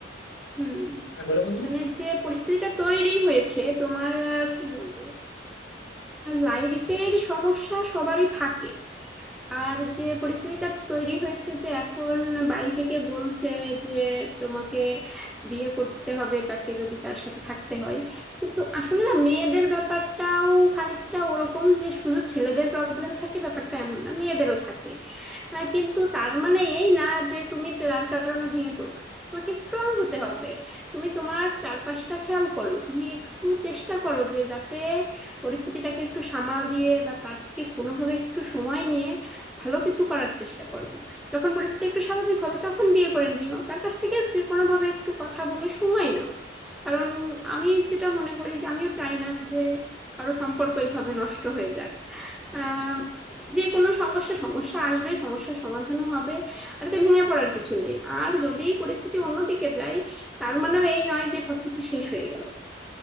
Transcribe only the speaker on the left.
হ্যাঁ বলো বন্ধু